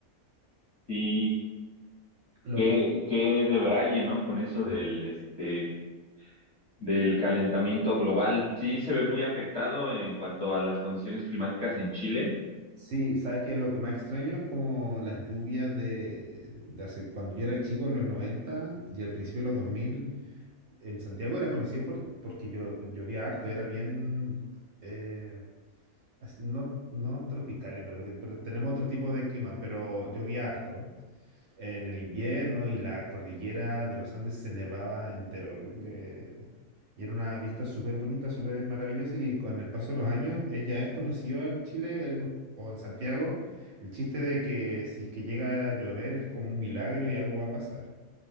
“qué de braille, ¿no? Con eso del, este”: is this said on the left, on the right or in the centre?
Left